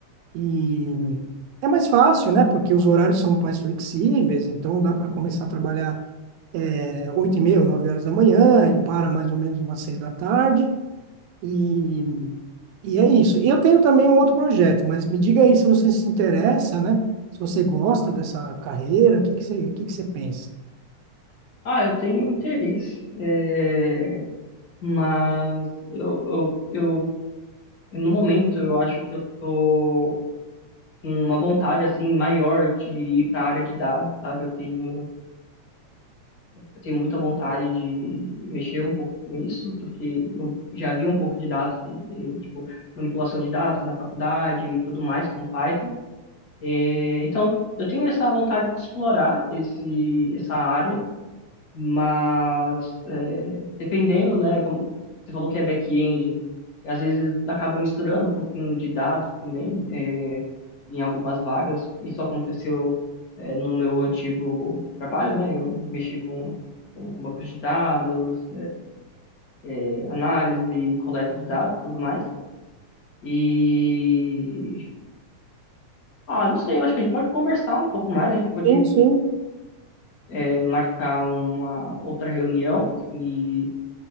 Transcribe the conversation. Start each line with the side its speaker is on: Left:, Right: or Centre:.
Right: E é mais fácil, né? Porque os horários são mais flexíveis, então dá para começar a trabalhar é, 8 e meia, 9 horas da manhã e para mais ou menos umas 6 da tarde. E, e é isso. Eu tenho também um outro projeto, mas me diga aí se você se interessa, né? Se você gosta dessa carreira, o que que você, o que que você pensa?
Left: Ah, eu tenho interesse, é, mas eu, eu, eu, no momento, eu acho que eu tô uma vontade assim maior de ir para a área de dados, sabe? Eu tenho eu tenho muita vontade de mexer um pouco com isso, porque eu já vi um pouco de dados, eh, tipo manipulação de dados na faculdade e tudo mais com Python. Eh, então eu tenho essa vontade de explorar esse essa área, mas eh, dependendo, né? Como você falou que é back-end, às vezes acaba misturando um pouquinho de dados também. eh, em algumas vagas. Isso aconteceu, eh, no meu antigo trabalho, né? Eu mexi com, com bancos de dados, eh, análise, e coleta de dados, tudo mais. E ah, não sei, eu acho que a gente pode conversar um pouco mais, a gente pode
Right: Sim, sim,
Left: eh, marcar uma outra reunião e